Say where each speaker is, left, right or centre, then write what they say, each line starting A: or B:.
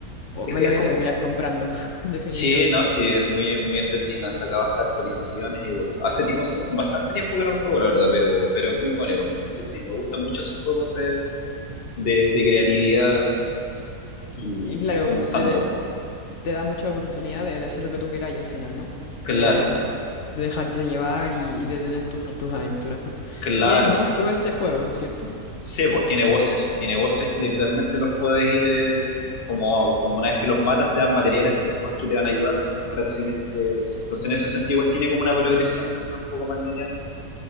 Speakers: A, on the left; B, on the left.
A: O
B: Es,
A: me
B: que-
A: lo
B: es
A: voy
B: como,
A: a terminar comprando, <laughs> definitivamente.
B: sí, no, sí, es muy, es muy entretenido, han sacado hartas actualizaciones y cosas. Hace tiempo, hace bastante tiempo que no lo juego, la verdad, pero, pero es muy bueno igual, muy entretenido. Me gustan mucho esos juegos de, de, de creatividad y,
A: Y claro,
B: y como sandbox.
A: te, te da mucha oportunidad de, de hacer lo que tú queráis al final, ¿no?
B: Claro,
A: De, de dejarte llevar y, y de tener tus, tus aventuras, ¿no?
B: claro.
A: Y tiene monstruo este juego, ¿cierto?
B: Sí, pues tiene voces, tiene voces que literalmente los puedes ir, eh, como, como una vez que los matas te dan materiales después que te van a ayudar después para el siguiente boss. Entonces en ese sentido igual tiene como una progresión también un poco más lineal